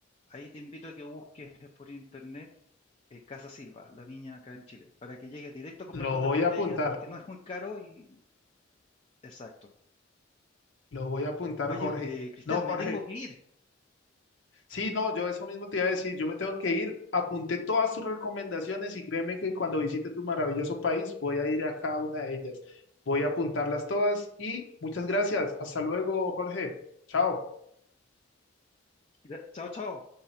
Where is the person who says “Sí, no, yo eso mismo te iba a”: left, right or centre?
Left